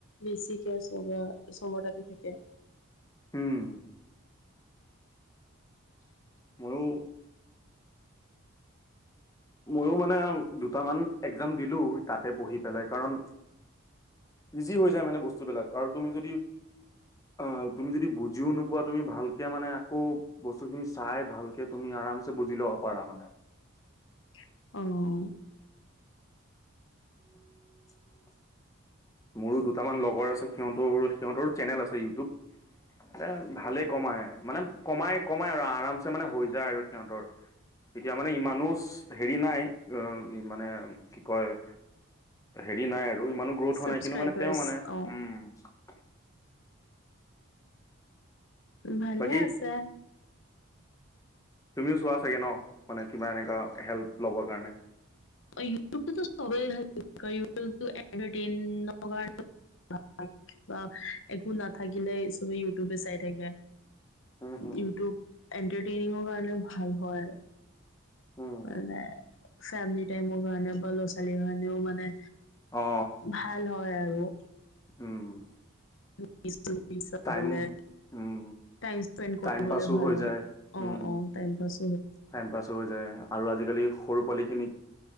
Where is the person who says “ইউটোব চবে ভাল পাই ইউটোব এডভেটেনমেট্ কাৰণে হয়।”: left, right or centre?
Left